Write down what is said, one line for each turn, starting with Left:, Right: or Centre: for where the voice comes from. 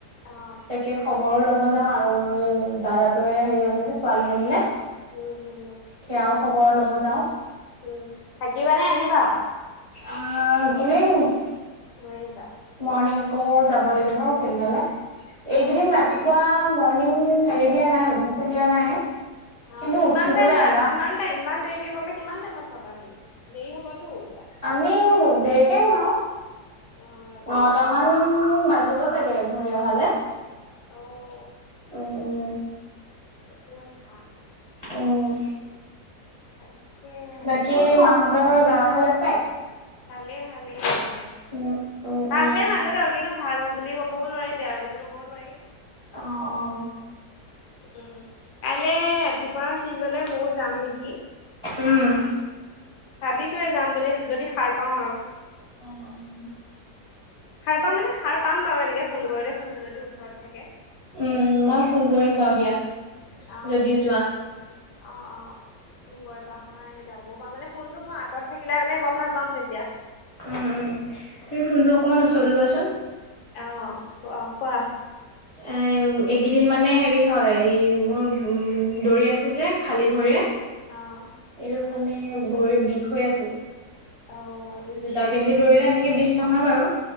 Left: অ
Right: তাকে খ বৰ ল'ব যাওঁ আৰু এই দাদাটোৱে হেৰি আনিলে ছোৱালী আনিলে।
Left: উম, উম।
Right: সেয়াও খবৰ ল'ব যাওঁ।
Left: উম, থাকিবা নে আহিবা?
Right: আ, ঘূৰি আহিম।
Left: ঘূৰি আহিব?
Right: মৰ্ণিং আকৌ যাব লাগিব ফিল্ডলৈ, এইকেদিন
Left: অ
Right: ৰাতিপুৱা ম ৰনিং হেৰি দিয়া নাই, বৰষুণ দিয়া নাই।
Left: অ',
Right: কিন্তু
Left: কিমান
Right: উঠিবলৈ
Left: টাইম মা,
Right: এলাহ
Left: কিমান টাইম ইমান দেৰিকে গ'লে কিমান টাইমত পাবাহি, দেৰি হ'বতো যোৱা।
Right: আমি দেৰিকে আহিম আও,
Left: অ ৰাতি
Right: নটামান
Left: হ'ব
Right: বাজ জিব চাগে ঘূৰি অহলে।
Left: অ'।
Right: উম, উম।
Left: সেইটো কথা।
Right: উম।
Left: <unintelligible>
Right: বাকী
Left: মোৰো
Right: মাহঁতৰ গা ভাল আছে?
Left: ভালে ভালে একদম,
Right: উম উম
Left: ভাল
Right: উম
Left: বে মাজত আৰু কিনো ভাল বুলিও ক'বও নোৱাৰি, বেয়া বুলি ক'বও নোৱাৰি।
Right: অ', অ'।
Left: উম, কাইলে ৰাতিপুৱা ফিল্ডলে ময়ো যাম নেকি।
Right: উম।
Left: ভাবিছোহে যাম বুলি যদি সাৰ পাওঁ আৰু।
Right: অ', অ', উম।
Left: সাৰ পাম মানে সাৰ পাম বাৰু এনেকে ফোন কৰিলে ফোনটো যদি ওচৰত থাকে।
Right: উম মই ফোন কৰিম বাৰু দিয়া
Left: অ',
Right: যদি
Left: ফোন
Right: যোৱা।
Left: কৰে। অ', অ', ফোন কৰিবা, মই যাবও পাৰো মানে ফোনটো মই আঁতৰত থাকিলে মানে গ'ম নাপাম তেতিয়া।
Right: উম, উম, তুমি ফোনটো অকমান ওচৰত লোৱাচোন।
Left: অ', ক' কোৱা।
Right: এ এইকেদিন মানে হেৰি হয়, এই মই উম, দৌৰি আছো যে খালী ভৰিয়ে।
Left: অ'।
Right: একদম মানে ভৰি বিষ হৈ আছে,
Left: অ'
Right: আৰু জোতা পিন্ধি দৌৰিলে এনেকে বিষ নহয় বাৰু।